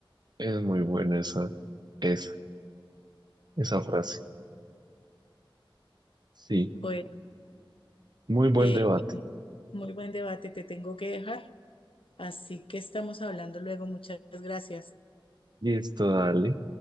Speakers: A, on the right; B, on the left.
A: es muy buena esa, esa, esa frase. Sí,
B: Bueno,
A: muy buen
B: eh,
A: debate.
B: muy buen debate, te tengo que dejar. Así que estamos hablando luego. Muchas gracias.
A: Listo, dale.